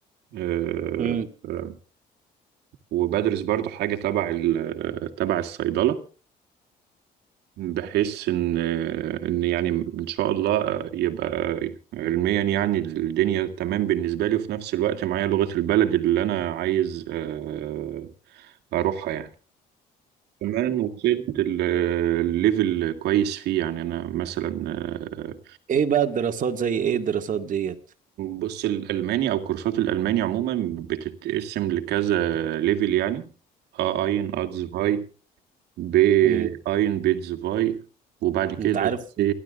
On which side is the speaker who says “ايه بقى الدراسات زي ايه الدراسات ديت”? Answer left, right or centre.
Right